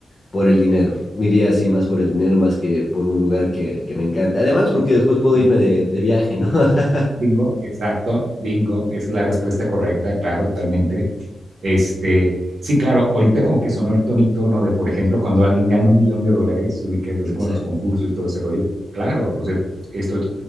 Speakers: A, on the left; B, on the right.
A: por el dinero, me iría así más por el dinero más que por un lugar que, que me encante. Además, porque después puedo
B: Ujú.
A: irme de, de viaje, ¿no? <laughs>
B: Bingo, exacto, bingo. Esa es la respuesta correcta, claro, totalmente. Este, sí, claro, ahorita como que sonó el tonito, ¿no? De, por ejemplo, cuando alguien gana un millón de dólares, y que es así
A: Exacto,
B: como los concursos y todo ese rollo. Claro, o sea, estoy